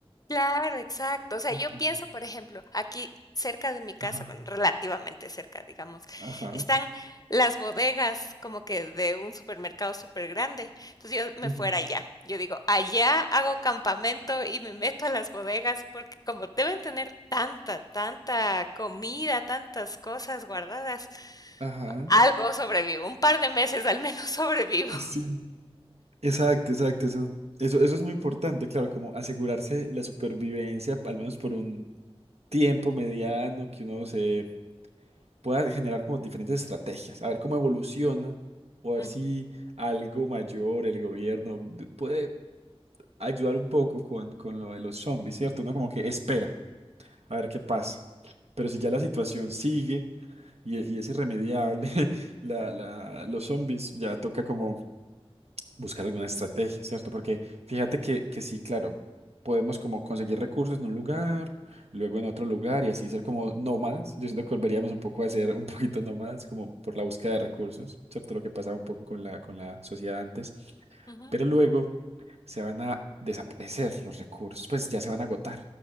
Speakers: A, on the left; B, on the right.
A: Claro, exacto. O sea,
B: Ujú.
A: yo pienso, por ejemplo, aquí cerca de mi casa,
B: Ajá.
A: bueno, relativamente cerca, digamos,
B: Ajá.
A: están las bodegas como que de un supermercado súper grande. Entonces yo me
B: ujú,
A: fuera allá. Yo digo, allá hago campamento y me meto a las bodegas porque como deben tener tanta, tanta comida, tantas cosas guardadas,
B: Ajá.
A: algo sobrevivo. Un par de meses al menos <laughs> sobrevivo.
B: Sí. Exacto, exacto, eso. Eso, eso es muy importante, claro, como asegurarse la supervivencia, al menos por un tiempo mediano, que uno se pueda generar como diferentes estrategias, a ver cómo evoluciona o a ver
A: Ujú,
B: si algo mayor, el gobierno, de- puede ayudar un poco con, con lo de los zombies, ¿cierto? Uno como que espera a ver qué pasa. Pero si ya la situación sigue y, y es irremediable, <laughs> la, la- los zombies ya toca como buscar alguna estrategia, ¿cierto? Porque fíjate que, que sí, claro, podemos como conseguir recursos en un lugar, luego en otro lugar y así ser como nómadas. Yo siento que volveríamos un poco a ser un poquito nómadas, como por la búsqueda de recursos, ¿cierto? Lo que pasaba un poco con la, con la sociedad antes.
A: ujú.
B: Pero luego se van a desaparecer los recursos, pues ya se van a agotar